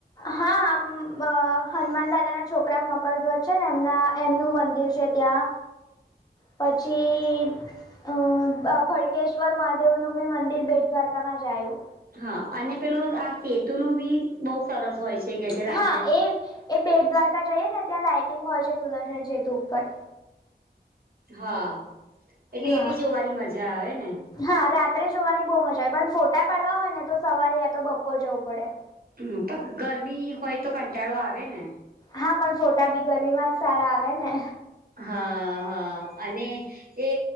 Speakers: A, on the left; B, on the right.
A: હા, આમ અ હનુમાન દાદાના છોકરા મકરધ્વજ છે ને, એમના એમનું મંદિર છે ત્યાં.
B: <unintelligible>
A: પછી અ અ ભડકેશ્વર મહાદેવનું બી મંદિર, બેટ દ્વારકામાં જાયું.
B: હા, અને પેલું આ સેતુ નું બી બહુ સરસ હોય છે કે, જે
A: હા
B: રાત્રે
A: એ એ બેટ દ્વારકા જઈએ ને, ત્યાં લાાઈટિંગ હોય છે, સુદર્શન સેતુ ઉપર
B: હા, એટલે
A: હા
B: એ બી જોવાની મજા આવે ને.
A: હા, રાત્રે જોવાની બહુ મજા, પણ ફોટા પાડવા હોય ને, તો સવારે યા તો બપર જવું પડે.
B: હમ, પણ ગરમી હોય તો, કંટાળો આવે ને.
A: હા, પણ ફોટા બી ગરમી માં જ સારા આવે ને.
B: હા, હા, અને એ